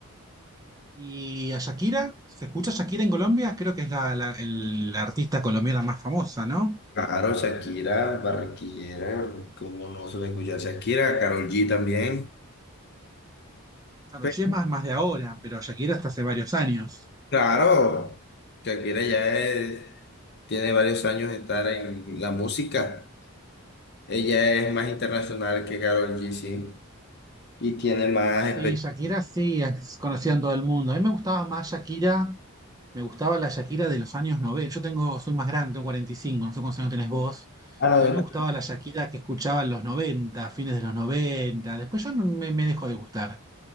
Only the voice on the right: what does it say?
¿Y a Shakira? ¿Se escucha Shakira en Colombia? Creo que es la, la- el- la artista colombiana más famosa, ¿no?
Claro,
sí es más, más de ahora, pero Shakira hasta hace varios años.
Sí,
Shakira sí es conocida en todo el mundo. A mí me gustaba más Shakira Me gustaba la Shakira de los años 90. Yo tengo, soy más grande, tengo 45. no sé cuántos años tenés vos.
Pero a mí me gustaba la Shakira que escuchaba en los 90, fines de los 90. Después yo no me, me dejó de gustar.